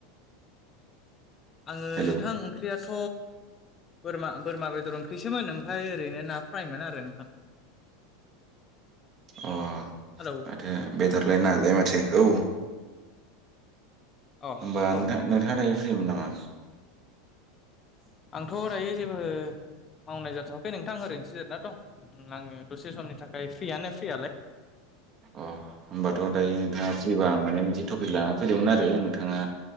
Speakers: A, on the left; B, on the right.
A: आंङो
B: हेलौ
A: नोंथां ओंख्रियाथ' बोरमा बोरमा बेदर ओंख्रिसोमोन ओमफ्राय ओरैनो ना फ्रायमोन आरो नोंथां।
B: अ।
A: हेलौ
B: थो बेदरलाय नालाय माथो औ।
A: अ
B: होमबा
A: औ
B: नोंथा
A: नोंथां
B: नोंथाङा दायो फ्रिमोन नामा?
A: आंथ' दायो जेबो मावनाय जाथ'वाखै नोंथां ओरैनोसो जिरायना दं आङो दसे समनि थाखाय फ्रियानो फ्रियालाय।
B: अ। होमबाथ' दायो नोंथाङा फ्रिबा आं माने मोनसे टपिक लाना फैदोंमोन आरो नोंथाङा